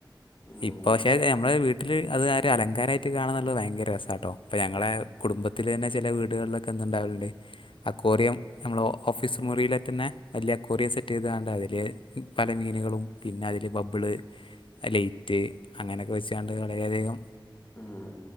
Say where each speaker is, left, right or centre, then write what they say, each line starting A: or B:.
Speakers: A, on the left; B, on the left.
A: ഉം
B: ഇപ്പ
A: ഇവിടെ
B: പക്ഷേ നമ്മളെ വീ ട്ട്ല് അത് അതൊരു അലങ്കാരായിട്ട് കാണാൻ കാണാം നല്ല ഭയങ്കര രസാട്ടോ ഇപ്പ ഞങ്ങളെ കുടുംബത്തില് തന്നെ ചേല വീടുകൾ ക്ക്ന്ന്ണ്ടാവല്ണ്ടേ അക്വേറിയം നമ്മടെ ഓഫീസ്മുറിയിലെ തന്നെ വല്ല്യേ അക്വേറിയം സെറ്റ് ചെയ്താണ്ടതില് പല മീനുകളും പിന്നെ അതില് ബബ്ള് ലൈറ്റ് അങ്ങനെക്കെ വെച്ചാണ്ട് വളരെ അധികം
A: ഉം